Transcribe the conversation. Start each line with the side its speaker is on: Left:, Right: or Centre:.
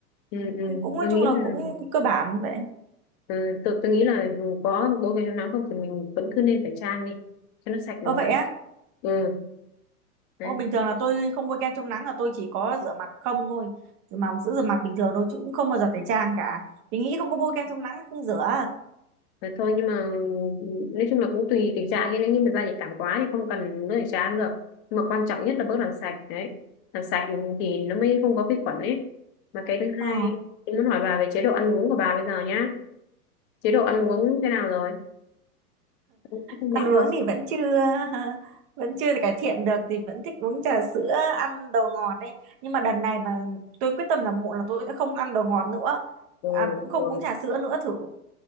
Left: ừ, ừ.
Right: Cũng, cũng nói
Left: tôi
Right: chung
Left: nghĩ
Right: là
Left: là
Right: cũng cơ bản vậy.
Left: ừ, tôi, tôi nghĩ là dù có bố cái nắng không thì mình vẫn cứ nên phải trang đi cho nó sạch
Right: Ờ vậy
Left: hẳn
Right: á?
Left: ừ đấy
Right: Ô, bình thường là tôi không bôi kem chống nắng là tôi chỉ có rửa mặt không thôi. Rửa mặt bằng sữa rửa mặt bình thường thôi chứ cũng không bao giờ tẩy trang cả. Vì nghĩ không có bôi kem chống nắng không rửa.
Left: Thế thôi nhưng mà nói chung là cũng tùy tình trạng ấy. nếu như mà da nhạy cảm quá thì không cần nước tẩy trắng được nhưng mà quan trọng nhất là bước làm sạch đấy làm sạch thì nó mới không có vi khuẩn ấy mà cái thứ hai
Right: Ờ.
Left: em muốn hỏi bà về chế độ ăn uống của bà bây giờ nhá chế độ ăn uống thế nào rồi có không
Right: ăn
Left: mặn
Right: uống
Left: không
Right: thì vẫn chưa <laughs> vẫn chưa cải thiện được thì vẫn thích uống trà sữa ăn đồ ngọt đấy nhưng mà đợt này mà tôi quyết tâm rằng muộn là tôi sẽ không ăn đồ ngọt nữa
Left: ừ,
Right: à, cũng không
Left: ừ.
Right: uống trà sữa nữa thử